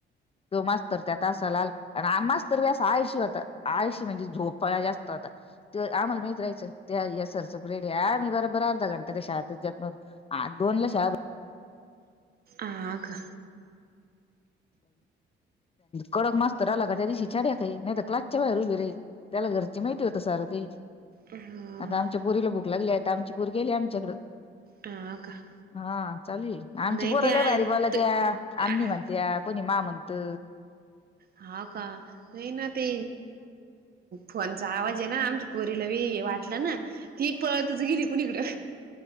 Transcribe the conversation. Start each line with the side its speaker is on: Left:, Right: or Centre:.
Left: तो मास्तर त्यात असा. तलाल आणि मास्तर बी आळशी होता. आळशी म्हणजे झोपाळा जास्त होता ते आम्हाला माहित राहायचं त्या सर <unintelligible>
Right: आ का
Left: कडक मास्तर आला का त्या दिवशी छड्या काही नाही तर क्लासच्या बाहेर उभी राही त्याला घरची माहिती होतं सारं काही
Right: हा
Left: आता आमच्या पोरीला भूक लागली आता आमची पोरगी आली आमच्याकडें
Right: हा का
Left: हा चाल आमची
Right: नाही
Left: पोरं
Right: ते आहेत
Left: लय भारी बोलत्या आम्नी म्हण त्या कोणी मा म्हणतं
Right: हा का नाही ना ते फोनचा आवाज आहे ना आमच्या पोरीला बी वाटलं ना ती पळतच गेली कुणीकडं